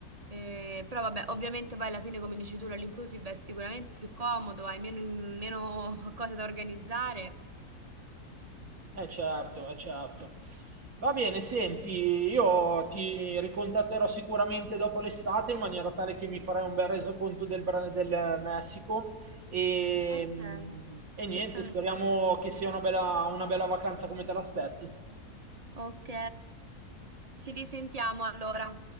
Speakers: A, on the right; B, on the right.
A: Eh, però vabbè, ovviamente poi alla fine, come dici tu, l'inclusive è sicuramente più comodo, hai meno, meno <laughs> cose da organizzare.
B: Eh certo, eh certo. Va bene, senti, io ti ricontatterò sicuramente dopo l'estate in maniera tale che mi farai un bel resoconto del, Bra- del Messico e,
A: Ok,
B: e niente,
A: certamente.
B: speriamo che sia una bella, una bella vacanza come te l'aspetti.
A: Ok, ci risentiamo allora.